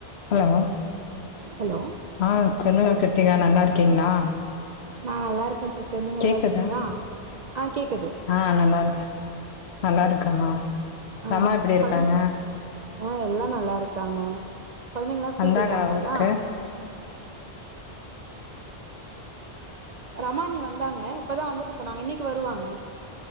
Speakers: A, on the left; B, on the right.
A: Hello
B: hello
A: ஆ சென்னுங்க கிருத்திகா நல்லா இருக்கீங்களா
B: நா நல்லா இருக்கே சிஸ்டர் நீங்க
A: கேக்குதா
B: நல்லா இருக்கீங்களா ஆ கேக்குது
A: ஆ நல்லா இருக்கே நல்லா இருக்காம்மா
B: ஆ
A: ரமா எப்பிடி இருக்காங்க
B: கொழந்தைங்க ஆ எல்லா நல்லா இருக்காங்க கொழந்தெங்க எல்லா ஸ்கூல்
A: வந்தாங்களா
B: போய்ட்டாங்களாகா
A: ஊருக்கு
B: ரமா அண்ணி வந்தாங்க இப்பதா வந்துட்டு போனாங்க இன்னெக்கி வருவாங்க